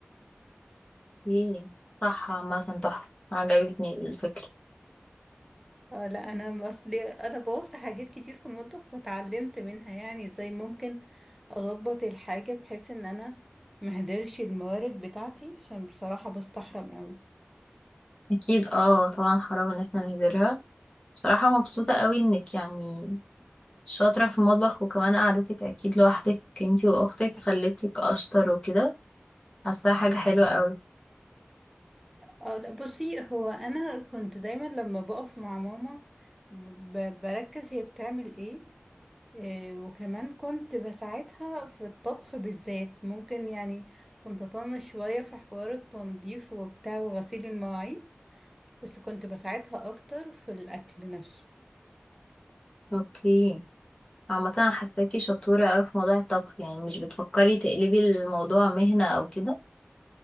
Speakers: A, on the left; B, in the centre.
A: ايه صح عامة تحفة عجبتني الفكرة
B: اه لا انا اصلي انا بوظت حاجات كتير في المطبخ واتعلمت منها يعني ازاي ممكن اظبط الحاجه بحيث ان انا مهدرش الموارد بتاعتي عشان بصراحه بستحرم قوي
A: اكيد اه طبعا حرام ان احنا نهدرها بصراحة مبسوطة قوي انك يعني شاطرة في المطبخ وكمان قعدتك اكيد لوحدك انتي واختك خلتك اشطر وكده حاساها حاجة حلوة قوي
B: اه لا بصي هو انا كنت دايما لما بقف مع ماما ب- بركز هي بتعمل ايه إيه، وكمان كنت بساعدها في الطبخ بالذات ممكن يعني كنت اطنش شويه في حوار التنظيف وبتاع وغسيل المواعين بس كنت بساعدها اكتر في الاكل نفسه
A: اوكي عامة انا حاساكي شطورة قوي في موضوع الطبخ يعني مش بتفكري تقلبي الموضوع مهنة او كده